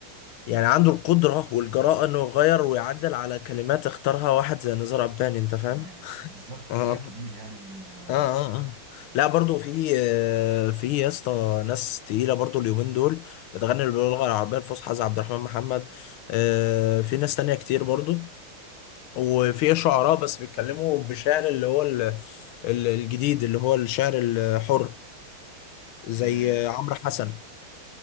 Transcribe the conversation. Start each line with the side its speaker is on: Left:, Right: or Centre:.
Left: يعني عنده القدرة والجراءة انه يغير ويعدل على كلمات اختارها واحد زي نزار قباني انت فاهم؟
Right: آه يعني بالظبط
Left: اه.
Right: شاعر كبير يعني و...
Left: اه اه اه لا برضو في آه، في يا اسطى ناس تقيله برضو اليومين دول بتغني باللغه العربيه الفصحى زي عبد الرحمن محمد آه، في ناس تانية كتير برضو وفي شعراء بس بيتكلموا بشعر اللي هو ال- ال- الجديد اللي هو الشعر الحر زي
Right: آه
Left: عمرو حسن